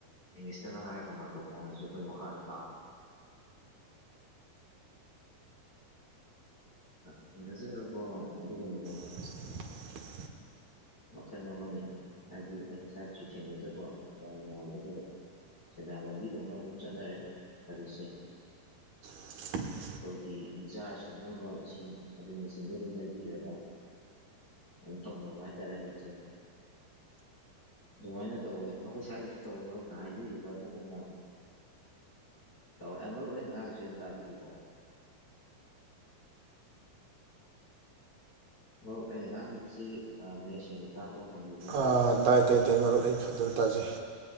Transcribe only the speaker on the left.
ꯏꯪꯂꯤꯁꯇꯒ ꯍꯥꯏꯔꯒ ꯃꯥꯏꯀꯔꯐꯣꯟ ꯑꯁꯤ ꯑꯩꯈꯣꯏ ꯃꯈꯥꯗ <unintelligible> ꯊꯦꯡꯅꯖꯔꯕ ꯑꯗꯨꯒꯨꯝꯕ
ꯃꯈꯟ ꯑꯃꯅꯤ ꯍꯥꯏꯗꯤ ꯑꯩꯅ ꯁꯥꯏꯗꯖꯨ ꯊꯦꯡꯅꯖꯕ ꯌꯥꯝꯅ ꯅꯨꯡꯉꯥꯏꯖꯗꯕ ꯁꯦꯟꯗꯥꯟ ꯂꯝꯕꯤꯗꯧꯅ ꯑꯗꯨꯝ ꯆꯠꯅꯔꯦ ꯍꯧꯖꯤꯛꯁꯦ
ꯑꯩꯈꯣꯏꯒꯤ ꯖꯥꯔ ꯁꯨꯝꯅꯕ ꯏꯁꯤꯡ ꯑꯗꯨꯏ ꯃꯦꯆꯤꯟꯗꯣ ꯑꯗꯨꯝ ꯂꯩꯕꯤꯔꯒ ꯑꯗꯨꯝ ꯇꯧꯅꯕ ꯍꯥꯏꯇꯥꯔꯦ ꯍꯧꯖꯤꯛꯁꯦ ꯑꯗꯨꯃꯥꯏꯅ ꯇꯧꯋꯦ ꯑꯩꯈꯣꯏ ꯁ꯭ꯋꯥꯏꯗꯁꯨ ꯇꯧꯋꯦ ꯃꯔꯨꯞꯅ ꯍꯥꯏꯕꯤꯔꯤꯕ ꯑꯗꯨꯒꯨꯝꯅ ꯇꯧꯋꯦ ꯃꯔꯨꯞ ꯑꯩꯅ ꯉꯥꯡꯉꯤꯁꯦ ꯑꯗꯨꯝ ꯇꯥꯕꯤꯔꯤꯀꯣ ꯑꯔꯨꯞ ꯑꯩꯅ ꯉꯥꯡꯂꯤꯕꯁꯤ ꯑ ꯃꯌꯦꯛ ꯁꯦꯡꯅ ꯇꯥꯕ ꯐꯪꯕꯤ